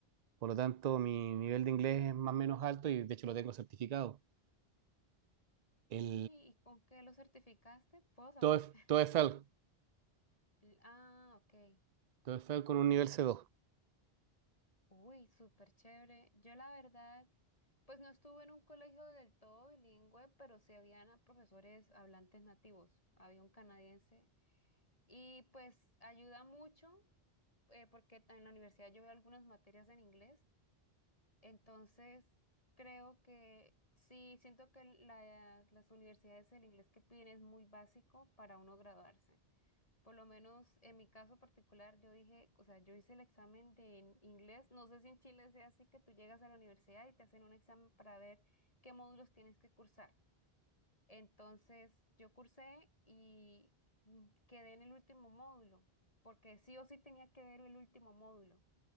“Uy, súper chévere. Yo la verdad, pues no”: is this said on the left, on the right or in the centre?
Left